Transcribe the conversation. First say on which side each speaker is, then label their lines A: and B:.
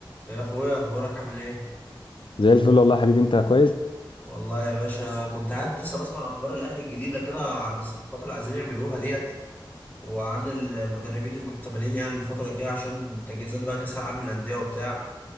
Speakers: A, on the left (about 20°); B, on the left (about 80°).
A: يا اخويا اخبارك عامل ايه
B: زي الفل والله يا حبيبي انت كويس
A: والله يا باشا كنت قاعد لسه بسمع اخبار الاهلي الجديده كده عن الصفقات اللي عايزين يعملوها ديت وعن المدربين المحتملين يعني الفتره الجايه عشان تجهيزات بقى كاس العالم للانديه وبتاع